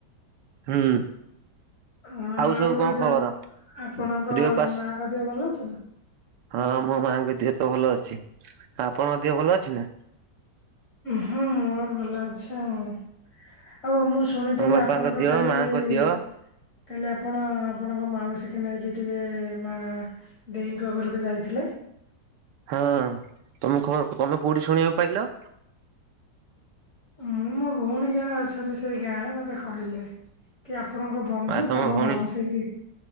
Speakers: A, on the right (about 75°); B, on the left (about 50°).
A: ହୁଁ।
B: ହଁ ଆଉ
A: ସବୁ କଣ
B: ଏ ଯୋଉ
A: ଖବର
B: ଆପଣଙ୍କ
A: ଦେହ ପା
B: ମାଙ୍କ ଦେହ ଭଲ ଅଛି ନା।
A: ହଁ ମୋ ମାଆଙ୍କ ଦେହ ତ ଭଲ ଅଛି ଆ ଆପଣଙ୍କ ଦେହ ଭଲ ଅଛି ନା।
B: ହଁ ମୋର ଭଲ ଅଛି ଆଉ ଆଉ ମୁଁ। ଶୁଣିଥିଲି
A: ଆମ ବାପାଙ୍କ
B: ଆପଣଙ୍କର
A: ଦିହ
B: କାଲି
A: ମାଆଙ୍କ
B: ଈ
A: ଦିହ
B: କାଲି ଆପଣ ଆପଣଙ୍କ ମାଉସୀ କିି ନେଇକି ଟିକେ ମା ଦେଇଙ୍କ ଘରକୁ ଯାଇଥିଲେ।
A: ହଁ ତମେ ଖ ତମେ କୋଉଠି ଶୁଣିବାକୁ ପାଇଲ?
B: ମୁଁ ମୋ ଭଉଣୀ ଜଣେ ଅଛନ୍ତି ସେଇ ଗାଁରେ ମତେ କହିଲେ କି ଆ ଆପଣଙ୍କ ବନ୍ଧୁ
A: ଆଉ ତମ
B: ତାଙ୍କ
A: ଭଉଣୀ
B: ମାଉସୀ କି